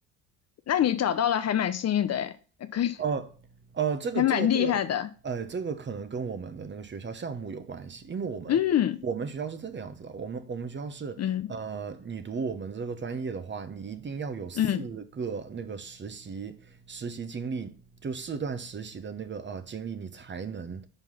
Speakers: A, on the left; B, on the right.
A: 那你找到了，还蛮幸运的哎，可以，
B: 呃呃，这个这个这个，
A: 还蛮厉害的。
B: 呃，这个可能跟我们的那个学校项目有关系，因为我们我们学校是这个样子的，
A: 嗯
B: 我们我们学校是，
A: 嗯
B: 呃，你读我们这个专业的话，你一定要有四个那个实习实习经历，
A: 嗯
B: 就四段实习的那个呃经历，你才能